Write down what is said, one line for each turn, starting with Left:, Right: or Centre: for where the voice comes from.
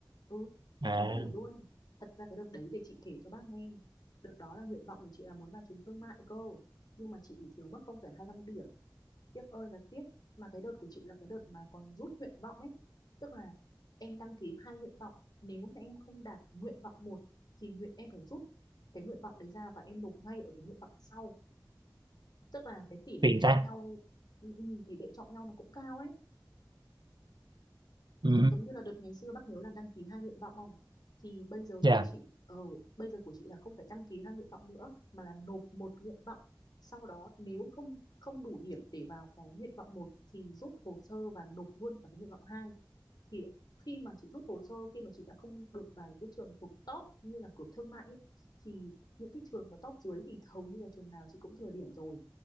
Left: ừ là
Right: À,
Left: có đủ luôn thật ra cái đợt đấy để chị kể cho bác nghe đợt đó là nguyện vọng của chị là muốn vào trường thương mại cơ nhưng mà chị bị thiếu mất 0,25 điểm tiếc ơi là tiếc mà cái đợt của chị là cái đợt mà còn rút nguyện vọng ấy tức là em đăng ký hai nguyện vọng nếu mà em không đạt nguyện vọng một thì nguyện em phải rút cái nguyện vọng đấy ra và em nộp ngay ở cái nguyện vọng sau tức là cái tỷ lệ
Right: phiền
Left: chọi
Right: ta.
Left: nhau ừ, ừ, tỷ lệ chọi nhau nó cũng cao ấy
Right: Ừ.
Left: giống như là đợt ngày xưa bác nhớ là đăng ký hai nguyện vọng không thì bây giờ
Right: Dạ.
Left: của chị ờ bây giờ của chị là không phải đăng ký hai nguyện vọng nữa mà là nộp một nguyện vọng sau đó nếu không không đủ điểm để vào cái nguyện vọng một thì rút hồ sơ và nộp luôn vào cái nguyện vọng hai thì khi mà chị rút hồ sơ khi mà chị đã không được vào những cái trường thuộc top như là cửa thương mại ấy, thì những cái trường mà top dưới thì hầu như là trường nào chị cũng thừa điểm rồi